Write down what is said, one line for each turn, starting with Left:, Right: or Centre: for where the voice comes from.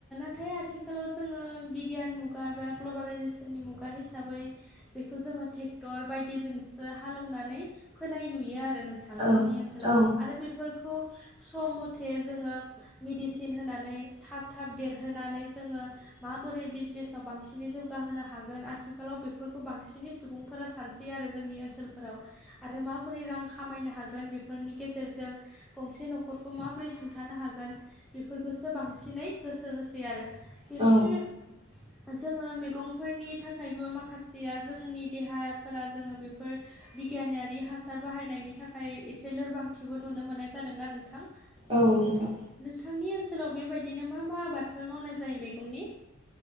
Centre: नाथाय आथिखालाव जोङो बिगियान मुगा एबा ग्लबेलाइजेसननि मुगा हिसाबै बेखौ जोङो ट्रेक्टर बायदिजोंसो हालौनानै फोनाय नुयो आरो नोंथां। थां
Right: औ
Centre: जोंनि ओनसोलाव
Right: औ
Centre: आरो बेफोरखौ सम मथे जोङो मेडिसिन होनानै थाब थाब देरहोनानै जोङो माबोरै बिजनेसाव बांसिनै जौगाहोनो हागोन आथिखालाव बेफोरखौ बांसिनै सुबुं फोरा सानसै आरो जोंनि ओनसोलफोराव आरो माबोरै रां खामायनो हागोन बेफोरनि गेजेरजों गंसे न'खरखौ मा माब्रै सुंथानो हागोन बेफोरखौसो बांसिनै गोसो होसै आरो बेफोर
Right: औ
Centre: जोङो मैगंफोरनि थाखायबो माखासेया जोंनि देहाफोरा जोङो बेफोर बिगियानारि हासार बाहायनायनि थाखाय एसे लोरबांथिबो नुनो मोननाय जादोंना नोंथां
Right: औ नोंथां
Centre: नोंथांनि ओनसोलाव बेबायदिनो मा मा आबादफोर मावनाय जायो मेगंनि